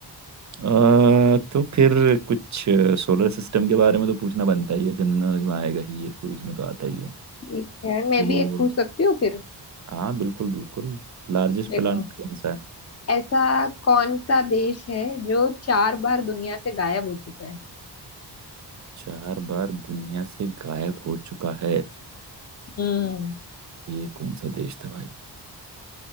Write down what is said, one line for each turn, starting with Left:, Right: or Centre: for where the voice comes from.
Right: अ, तो फिर कुछ सोलर सिस्टम के बारे में तो पूछना बनता ही है जनरल नॉलेज में आएगा ही ये क्विज में तो आता ही है
Left: ठीक है मैं
Right: तो
Left: भी एक पूछ सकती हूँ फिर
Right: हाँ बिल्कुल बिल्कुल लार्जेस्ट
Left: देखो
Right: प्लानिट कौन सा है
Left: ऐसा कौन सा देश है जो चार बार दुनिया से गायब हो चुका है
Right: चार बार दुनिया से गायब हो चुका है
Left: हम्म
Right: ये कौन सा देश था भाई